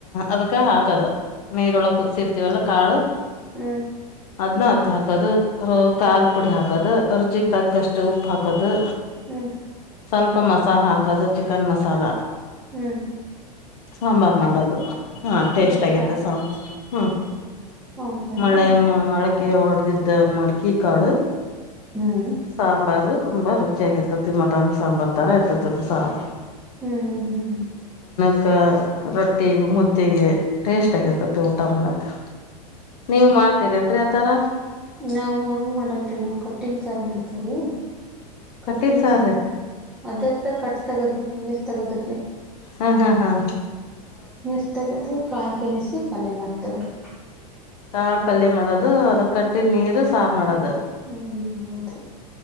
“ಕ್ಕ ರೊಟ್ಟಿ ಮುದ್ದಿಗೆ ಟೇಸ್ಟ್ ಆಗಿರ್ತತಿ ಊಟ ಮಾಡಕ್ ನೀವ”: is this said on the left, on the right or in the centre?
Left